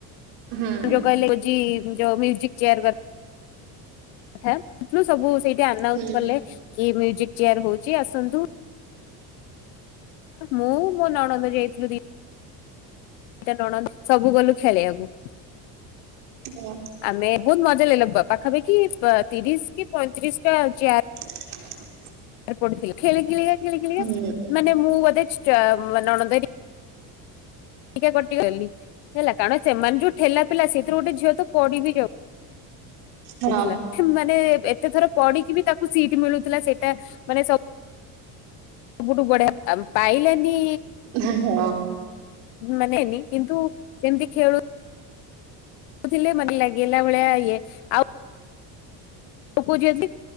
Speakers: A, on the right; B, on the left.
A: ହଁ
B: ଯୋଉ କହିଲେ ହଉଛି ଯୋଉ ମ୍ୟୁଜିକ୍ ଚେୟାର କର। <inaudible> ସବୁ ସେଇଠି ଆନାଉନ୍ସ
A: ହୁଁ।
B: କଲେ।
A: ହୁଁ
B: କି ମ୍ୟୁଜିକ୍ ଚେୟାର ହଉଛି ଆସନ୍ତୁ। ମୁଁ ମୋ ନଣନ୍ଦ ଯାଇଥିଲୁ ଦି ଦିଟା ନଣଦ ସବୁ ଗଲୁ ଖେଳିବାକୁ।
A: ହୁଁ।
B: ଆମେ ବହୁତ ମଜା ଲାଗିଲା <inaudible> ପାଖାପାଖି ତିରିଶ କି ପଇଁତିରିଶଟା ଚେୟାର
A: ହ <inaudible>
B: ର ପଡିଥିଲା, ଖେଳି ଖେଳିକା-ଖେଳି ଖେଳିକା
A: ହୁଁ
B: ମାନେ ମୁଁ ବୋଧେ ଚ ଆ-ଆ ମା ନଣନ୍ଦ ହେରି ଟିକେ କଟିଗଲି, ହେଲା କାରଣ ସେମାନେ ଯୋଉ ଠେଲାପେଲା ସେଥିରୁ ଗୋଟେ ଝିଅ ତ ପଡିବି ଯାଉ
A: ହଁ।
B: ଉ ଥିଲା ମାନେ ଏତେ ଥର ପଡିକି ବି ତାକ୍ <inaudible> ସିଟ୍ ମିଳୁଥିଲା ସେଇଟା ମାନେ ସବ୍ ସବୁଠୁ ବଢିଆ ଆମ୍ ପାଇଲାନି
A: ହଁ।
B: ମାନେ ହେଇନି କିନ୍ତୁ ସେମିତି ଖେଳୁ <inaudible> ଥିଲେ ମାନେ ଲାଗିଲା ଭଳିଆ ଇଏ ଆଉ ଗପୁଛନ୍ତି,